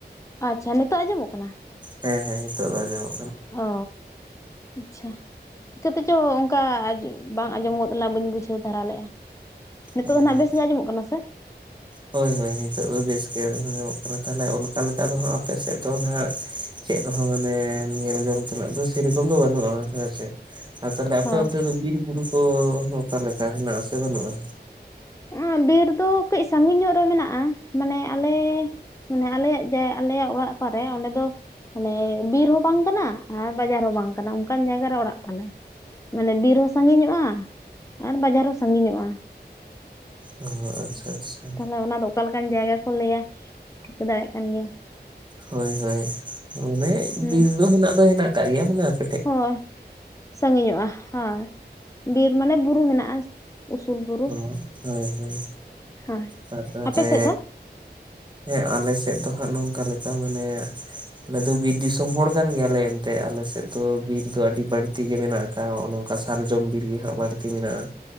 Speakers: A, on the left (about 15°); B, on the right (about 25°).
A: ᱟᱪᱷᱟ ᱱᱤᱛᱚᱜᱜ ᱟᱸᱡᱚᱢᱚᱜ ᱠᱟᱱᱟ
B: ᱦᱮᱸ ᱦᱮᱸ ᱱᱤᱛᱚ ᱫᱚ ᱟᱡᱚᱢᱚ ᱠᱟᱱᱟ
A: ᱚ ᱟᱪᱷᱟ ᱪᱤᱠᱟᱹᱛᱮᱪᱚ ᱚᱱᱠᱟ ᱵᱟᱝ ᱟᱸᱡᱚᱢ ᱜᱚᱫ ᱞᱱᱟ ᱵᱟᱹᱧ ᱵᱩᱡᱷᱟᱹᱣ ᱫᱷᱟᱨᱟ ᱞᱮᱫᱼᱟ ᱱᱤᱛᱚᱜ
B: ᱚ
A: ᱫᱚ ᱦᱟᱸᱜ ᱵᱮᱥ ᱜᱮ ᱟᱸᱡᱚᱢᱚᱜ ᱠᱟᱱᱟ ᱥᱮ
B: ᱦᱳᱭ ᱦᱳᱭ ᱱᱤᱛᱚᱜ ᱫᱚ ᱵᱮᱥ ᱜᱮ ᱟᱡᱚᱢᱚᱜ ᱠᱟᱱᱟ ᱛᱟᱦᱚᱞᱮ ᱚᱱᱠᱟ ᱞᱮᱠᱟ ᱫᱚᱦᱜ ᱟᱯᱮ ᱥᱮᱫ ᱫᱚ ᱱᱟᱦᱟᱜ ᱪᱮᱫ ᱮᱱᱦᱚᱸ ᱢᱟᱱ ᱧᱮᱞ ᱡᱚᱝ ᱛᱮᱱᱟᱜ ᱫᱩᱥᱤ ᱥᱮᱨᱚᱢ ᱫᱚ ᱵᱟᱹᱱᱩᱜᱼᱟ ᱦᱮᱸᱥᱮ ᱟᱨ ᱛᱟᱦᱚᱞᱮ ᱟᱯᱮ
A: ᱦᱳᱭ
B: ᱚᱱᱛᱮ ᱫᱚ ᱵᱤᱨ ᱵᱩᱨᱩ ᱠᱚ ᱚᱠᱟ ᱞᱮᱠᱟ ᱦᱮᱱᱟᱜ ᱟᱥᱮ ᱵᱟᱹᱱᱩᱜᱼᱟ
A: ᱟ ᱵᱤᱨ ᱫᱚ ᱠᱟᱹᱡ ᱥᱟᱺᱜᱤᱧ ᱧᱚᱜ ᱨᱮ ᱢᱮᱱᱟᱜᱼᱟ ᱢᱟᱱᱮ ᱟᱞᱮ ᱢᱟᱱᱮ ᱟᱞᱮᱭᱟᱜ <inaudible> ᱟᱞᱮᱭᱟᱜ ᱚᱲᱟᱜ ᱚᱠᱟᱨᱮ ᱚᱸᱰᱮ ᱫᱚ ᱢᱟᱱᱮ ᱵᱤᱨ ᱦᱚᱸ ᱵᱟᱝ ᱠᱟᱱᱟ ᱟᱨ ᱵᱟᱡᱟᱨ ᱦᱚᱸ ᱵᱟᱝ ᱵᱟᱝ ᱠᱟᱱᱟ ᱚᱱᱠᱟᱱ ᱡᱟᱭᱜᱟᱨᱮ ᱚᱲᱟᱜ ᱛᱟᱞᱮ ᱢᱟᱱᱮ ᱵᱤᱨ ᱦᱚᱸ ᱥᱟᱜᱤᱧᱚᱜᱼᱟ ᱟᱨ ᱵᱟᱡᱟᱨ ᱦᱚᱸ ᱥᱟᱜᱤᱧᱚᱜᱼᱟ
B: ᱚ ᱟᱪᱪᱷᱟ ᱟᱪᱪᱷᱟ
A: ᱛᱟᱦᱚᱞᱮ ᱚᱱᱟᱫᱚ ᱚᱠᱟ ᱞᱮᱠᱟᱱ ᱡᱟᱭᱜᱟ ᱠᱚ ᱞᱟᱹᱭᱟ ᱴᱷᱤᱠᱟᱹ ᱫᱟᱲᱮᱭᱟᱜ ᱠᱟᱱ ᱜᱮᱭᱟᱢ
B: ᱦᱳᱭ ᱦᱳᱭ ᱢᱟᱱᱮ
A: ᱦᱩᱸ
B: ᱵᱤᱨ ᱫᱚ ᱦᱮᱱᱟᱜ ᱫᱚ ᱦᱮᱱᱟᱜ ᱟᱠᱟᱟᱜ ᱜᱮᱭᱟ ᱢᱟᱱᱮ ᱟᱯ
A: ᱦᱳᱭ ᱥᱟᱺᱜᱤᱧᱚᱜᱼᱟ ᱦᱳᱭ ᱵᱤᱨ ᱢᱟᱱᱮ ᱵᱩᱨᱩ ᱢᱮᱱᱟᱜᱼᱟ ᱩᱥᱩᱞ ᱵᱩᱨᱩ
B: ᱚ ᱦᱳᱭ ᱦᱳᱭ
A: ᱦᱳᱭ
B: <unintelligible> ᱛᱚᱯᱮ
A: ᱟᱯᱮ ᱥᱮᱫ ᱫᱚ
B: ᱦᱮᱸ ᱟᱞᱮ ᱥᱮᱫ ᱫᱚ ᱱᱚᱝᱠᱟ ᱞᱮᱠᱟ ᱢᱟᱱᱮ ᱟᱞᱮ ᱫᱚ ᱵᱤᱨ ᱫᱤᱥᱚᱢ ᱦᱚᱲ ᱠᱟᱱ ᱜᱮᱭᱟᱞᱮ ᱮᱱᱛᱮ ᱟᱞᱮᱥᱮᱫ ᱫᱚ ᱵᱤᱨ ᱟᱹᱰᱤ ᱵᱟᱹᱲᱛᱤ ᱜᱮ ᱢᱮᱱᱟᱜ ᱟᱠᱟᱫᱟ ᱱᱚᱜᱼᱚ ᱱᱚᱝᱠᱟ ᱥᱟᱨᱡᱚᱢ ᱵᱤᱨᱜᱮ ᱦᱟᱜ ᱵᱟᱹᱲᱛᱤ ᱢᱮᱱᱟᱜᱼᱟ